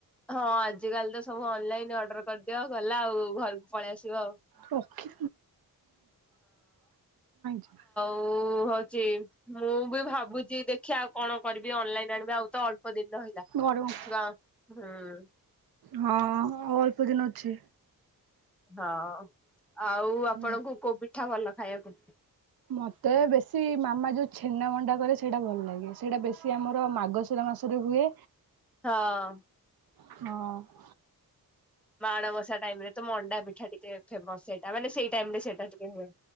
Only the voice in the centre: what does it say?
ହଁ ଆଜିକାଲି ତ ସବୁ ଅନଲାଇନ ଅର୍ଡର କରିଦିଅ। ଗଲା ଆଉ ଘରକୁ ପଳେଇ ଆସିବ ଆଉ।
ଓ ହଉଛି <unintelligible> ମୁଁ ବି ଭାବୁଛି ଦେଖିବା ଆଉ କଣ କରିବି। ଅନଲାଇନ ଆଣିବି ଆଉ ତ ଅଳ୍ପ ଦିନ ରହିଲା।
ିବା ହୁଁ <unintelligible>
ହଁ ଆଉ ଆପଣଙ୍କୁ
କୋଉ ପିଠା ଭଲ ଖାଇବାକୁ?
ହଁ
ମାଣବସା ଟାଇମରେ ତ ମଣ୍ଡା ପିଠା ଟିକେ ଫେମସ ସେଇଟା ମାନେ ସେଇ ଟାଇମ ସେଇଟା ଟିକେ ହୁଏ।